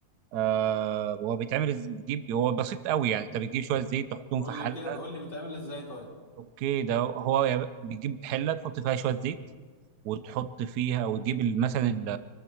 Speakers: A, on the right; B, on the left.
A: آه هو بيتعمل إز- بتجيب هو بسيط قوي يعني انت بتجيب شويه زيت تحطهم
B: قول
A: في حله
B: لي كده قول لي بتعمل ازاي طيب
A: اوكي ده هو يا ب- بتجيب حله تحط فيها شويه زيت وتحط فيها وتجيب ال- مثلا ال-